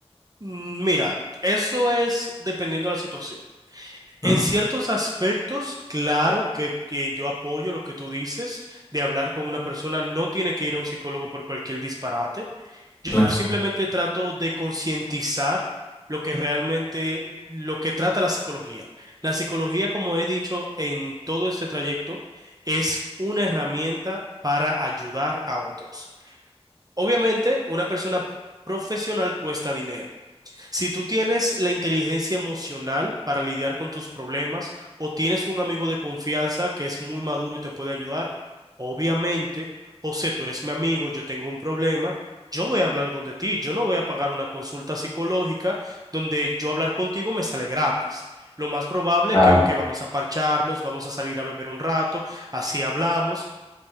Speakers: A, on the right (about 35°); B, on the left (about 25°).
A: mm, mira, eso es dependiendo de la situación.
B: ¿no?
A: En ciertos aspectos, claro que, que yo apoyo lo que tú dices de hablar con una persona, no tiene que ir a un psicólogo por cualquier disparate.
B: Claro.
A: Yo simplemente trato de concientizar lo que realmente, lo que trata la psicología. La psicología, como he dicho en todo este trayecto, es una herramienta para ayudar a otros. Obviamente, una persona profesional cuesta dinero. Si tú tienes la inteligencia emocional para lidiar con tus problemas o tienes un amigo de confianza que es muy maduro y te puede ayudar, obviamente, José, tú eres mi amigo, yo tengo un problema, yo voy a hablar donde ti, yo no voy a pagar una consulta psicológica donde yo hablar contigo me sale gratis. Lo más probable
B: Claro,
A: que, ok, vamos a parcharnos, vamos a salir a beber un rato, así hablamos.